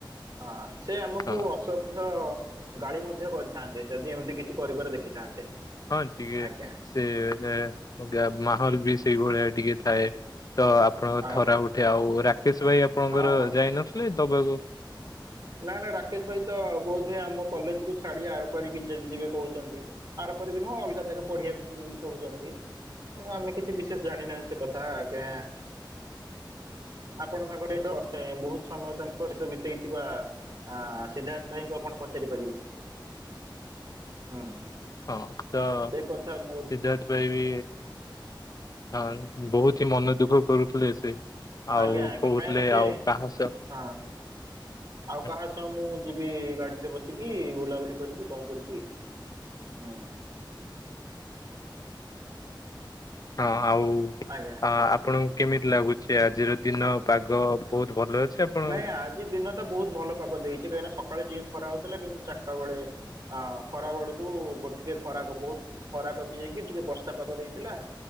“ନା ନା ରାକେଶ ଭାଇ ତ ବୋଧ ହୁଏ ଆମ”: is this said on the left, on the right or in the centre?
Right